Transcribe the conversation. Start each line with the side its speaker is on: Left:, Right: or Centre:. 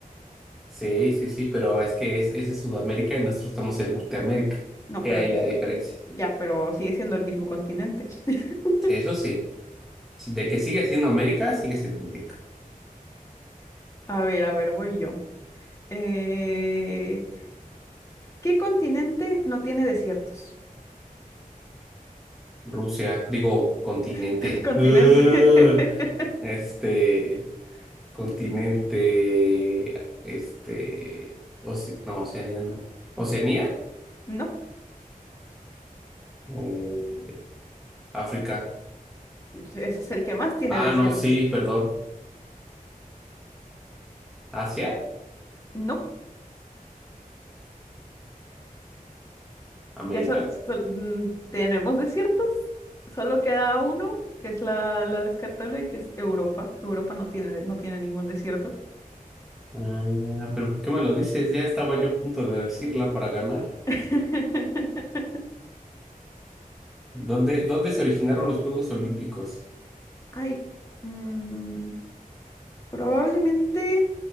Centre: Sí, sí, sí, pero es que es, ese es Sudamérica y nosotros estamos en Norteamérica.
Left: No,
Centre: He
Left: pero
Centre: ahí
Left: el-
Centre: la
Left: no,
Centre: diferencia.
Left: ya, pero sigue siendo el mismo continente. <laughs>
Centre: Eso sí, si- de que sigue siendo América, sigue siendo América.
Left: A ver, a ver, voy yo. Eh, ¿qué continente no tiene desiertos?
Centre: Rusia, digo, continente.
Left: <laughs> Continente.
Centre: Ah,
Left: <laughs>
Centre: este, continente, este, Oce- no, Oceanía, no. ¿Oceanía?
Left: No,
Centre: Eh, África.
Left: ese es el que más tiene
Centre: Ah,
Left: desiertos.
Centre: no, sí, perdón. ¿Asia?
Left: No,
Centre: ¿América?
Left: ya sol- sol- mm, tenemos desiertos. Solo queda uno, que es la, la descartable, que es Europa. Europa no tiene, no tiene ningún desierto.
Centre: Ah, pero ¿por qué me lo dices? Ya estaba yo a punto de decirla para ganar.
Left: <laughs>
Centre: ¿Dónde, dónde se originaron los Juegos Olímpicos?
Left: Ay, mm, probablemente,